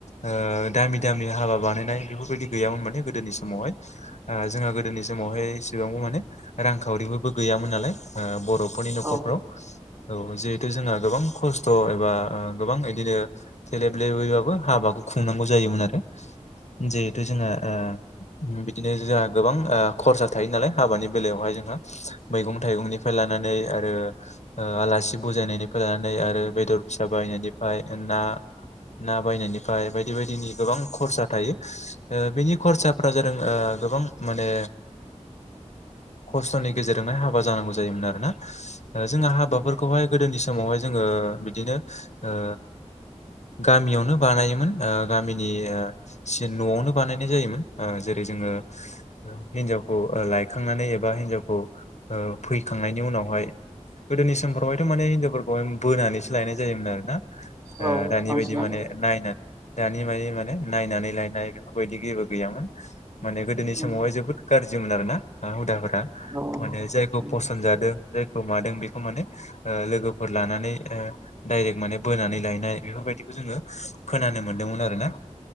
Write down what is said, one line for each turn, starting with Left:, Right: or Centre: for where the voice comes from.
Left: ओ दामि दामि हाबा बानायनाय बेफोरबायदि गैयामोन माने गोदोनि समावहाय ओ जोंहा गोदोनि समावहाय एसेबांबो माने रांखावरिबोबो गैयामोन नालाय ओ बर'फोरनि न'खरफ्राव।
Right: औ
Left: औ जिहेथु जोंहा गोबां खस्थ' एबा ओ गोबां इदिनो थेलेब लेबैबाबो हाबाखौ खुंनांगौ जायोमोन आरो जिहेथु जोंहा ओ बिदिनो जोहा गोबां ओ खरसा थायो नालाय हाबानि बेलायावहाय जोंहा। मैगं थाइगंनिफ्राय लानानै आरो आ आलासि बुजायनायनिफ्राय लानानै आरो बेदर फिसा बायनायनिफाय ना ना बायनायनिफ्राय बायदि बायदिनि गोबां खरसा थायो ओ बिनि खरसाफ्रा जादों आ गोबां माने खस्थ'नि गेजेरजोंनो हाबा जानांगौ जायोमोन आरोना। ओ जोंहा हाबाफोरखौहाय
Right: नंगौ
Left: गोदोनि समावहाय जोङो बिदिनो ओ गामियावनो बानायोमोन आ गामिनि ओ सिन न'आवनो बानायनाय जायोमोन ओ जेरै जोङो हिनजावखौ लायखांनानै एबा हिनजावखौ ओ फैखांनायनि उनावहाय गोदोनि समफोरावहायथ' माने हिनजावफोरखौहाय बोनानैसो लायनाय जायोमोन आरो ना
Right: औ
Left: आ दानि
Right: बांसिनानो
Left: बायदि माने नायनानै दानि मायदि माने नायनानै लायनाय बेफोरबायदि जेबो गैयामोन माने गोदोनि
Right: उम
Left: समावहाय जोबोद गारजिमोन आरोना आ हुदाफोरा
Right: औ
Left: माने जायखौ
Right: उम
Left: फसन जादों जायखौ मादों बे माने ओ लोगोफोर लानानै ओ डाइरेक्ट माने बोनानै लायनाय बेफोरबायदिखौ जोङो खोनानो मोनदोंमोन आरो ना।